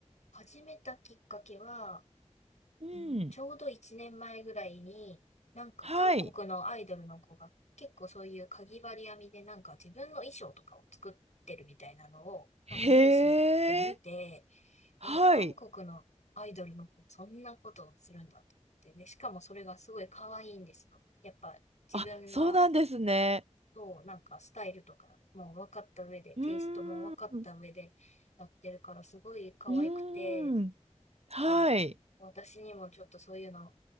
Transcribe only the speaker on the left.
始めたきっかけは、
うん、ちょうど1年前ぐらいに、なんか韓国のアイドルの子が結構そういうかぎ針編みでなんか自分の衣装とかを作ってるみたいなのを、
なんかニュースで見て、
えー韓国のアイドルの子、そんなことをするんだって。で、しかもそれがすごい可愛いんですよ。やっぱ自分の
そう、なんかスタイルとかもう分かった上で、テイストも分かった上でやってるから、
すごい可愛くて、
か、私にもちょっとそういうの